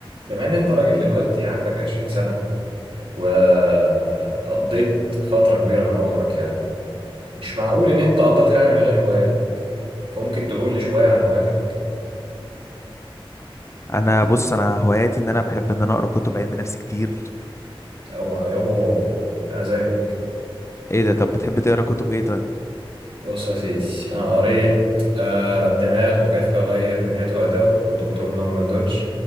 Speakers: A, on the right; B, on the left.
A: بما ان انت راجل دلوقتي عندك 20 سنة وقضيت فترة كبيرة من عمرك يعني مش معقول ان انت قضيتها يعني من غير هوايات فممكن تقول لي شوية عن هواياتك
B: انا بص انا هواياتي ان انا بحب ان انا اقرا كتب علم نفس كتير
A: او يابا انا زيك
B: ايه ده طب بتحب تقرا كتب ايه طيب
A: بص يا سيدي انا قريت آه، الدماغ وكيف يغير بنيته أداؤه للدكتور نورمان دودج